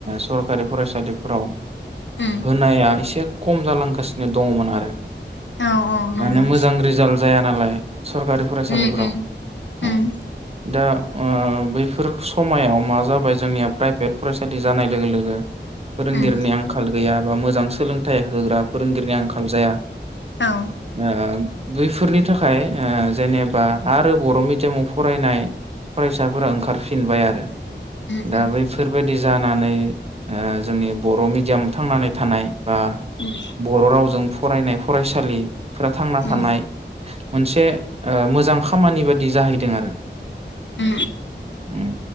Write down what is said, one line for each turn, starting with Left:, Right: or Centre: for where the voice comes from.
Right: सरखारि फरायसालिफोराव
Left: उम
Right: होनाया एसे खम जालांगासिनो दङमोन आरो।
Left: औ औ नंगौ
Right: माने मोजां रिजाल्ट जाया नालाय सरकारि फरायसालिफोराव
Left: उम उम
Right: औ
Left: उम
Right: दा आ बैफोर समायाव मा जाबाय जोंनिया प्राइभेट फरायसालि जानाय लोगो लोगो फोरोंगिर
Left: उम
Right: खाल गैया बा मोजां सोलोंथाइ होग्रा फोरोंगिरिनि आंखाल जाया।
Left: औ
Right: <unintelligible> बैफोरनि थाख खाय ओ जेनेबा आरो बर' मिडियामाव फरायनाय फरायसाफोरा
Left: उम
Right: ओंखारफिनबाय आरो।
Left: उम
Right: दा
Left: उम
Right: बैफोरबायदि जानानै ओ जोंनि बर' मिडियाम थांनानै थानाय बा
Left: उम
Right: बर' रावजों फरायनाय फरायसालि फोरा थांना थानाय
Left: उम
Right: मोनसे ओ मोज मोजां खामानि बाय इदि जाहैदों आरो
Left: उम
Right: उम